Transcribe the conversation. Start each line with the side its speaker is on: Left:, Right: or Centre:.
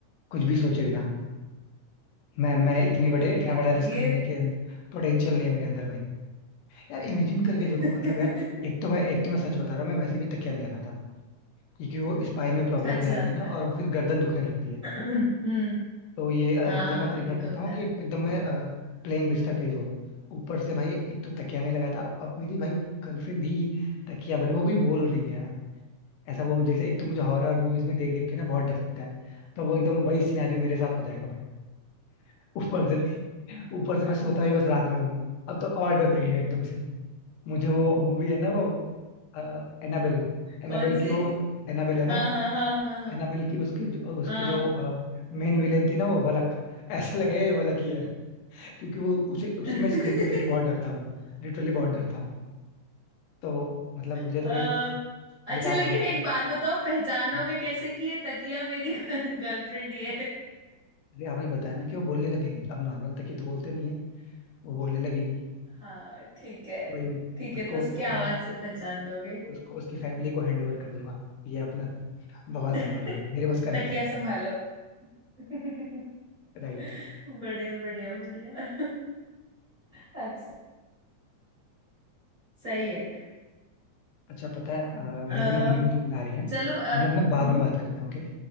Left: कुछ भी सोचे बिना मैं मैं इतनी
Right: अरे
Left: बड़े इतना
Right: यार
Left: बड़ा रिस्क
Right: ये
Left: लेने के पोटेंशियल नहीं है मेरे अंदर भाई यार इमेजिन करके
Right: <laughs>
Left: देखो मतलब यार एक तो मैं एक तो मैं सच बता रहा हूँ मैं वैसे भी तकिया नहीं लगाता क्योंकि वो स्पाइन में प्रॉब्लम
Right: अच्छा
Left: हो जाती है
Right: <clears throat>
Left: ना और फिर गर्दन दुखने लगती है
Right: हम्म
Left: तो ये अ,
Right: हाँ
Left: मतलब
Right: हाँ
Left: मैं प्रीफर
Right: हाँ, ये तो
Left: करता
Right: होता
Left: हूँ कि
Right: है
Left: एकदम मैं प्लेन बिस्तर पे ही सोऊं ऊपर से भाई एक तो तकिया नहीं लगाता अब अब मेरी भाई गर्लफ्रेंड ही तकिया बने वो भी बोल रही है यार। ऐसा वो जैसे एक तो मुझे हॉरर मूवीज में देख देख के ना बहुत डर लगता है तो वो एकदम वही सिनेरियो मेरे साथ हो जाएगा भाई <laughs> ऊपर से ऊपर से
Right: <laughs>
Left: मैं सोता ही बस रात में हूँ अब तो और डर लगेगा एकदम से मुझे वो मूवी है ना वो एनाबेल एनाबेल
Right: कौन सी
Left: की वो एनाबेल है ना
Right: हाँ हाँ हाँ हाँ हाँ
Left: एनाबेल की उसकी उसकी
Right: हाँ
Left: जो मेन विलेन थी ना वो वलक ऐसा लगा ये वलक ही है <laughs> क्योंकि वो उसे उसे
Right: <laughs>
Left: मैं स्क्रीन पे देख के बहुत डरता हूँ लिटरली बहुत डरता हूँ तो मतलब मुझे
Right: अ,
Left: तो भाई
Right: अच्छा
Left: ये रात
Right: लेकिन
Left: बहुत खतरनाक
Right: एक बात
Left: हुई
Right: बताओ पहचानोगे
Left: हाँ
Right: कैसे कि ये तकिया मेरी <laughs> गर्लफ्रेंड ही है
Left: अरे आपने बताया ना कि वो बोलने लगेगी अब नॉर्मल तक ये तो बोलते नहीं है वो बोलने लगेगी
Right: हाँ ठीक है
Left: कोई नहीं
Right: ठीक
Left: उसको
Right: है तो उसकी
Left: उसकी फैमिली
Right: आवाज
Left: को
Right: से पहचान लोगे
Left: उसको उसकी फैमिली को हैंड ओवर कर दूंगा ये अपना बवाल
Right: <laughs>
Left: संभालो भाई मेरे बस का नहीं
Right: तकिया
Left: है
Right: संभालो <laughs>
Left: राइट
Right: बढ़िया बढ़िया बढ़िया <laughs> अच्छा सही है
Left: अच्छा पता है अ,
Right: अ,
Left: मेरी ना मम्मी मुझे बुला रही हैं
Right: चलो
Left: हम
Right: अ,
Left: लोग ना बाद
Right: हम्म
Left: में बात करते हैं ओके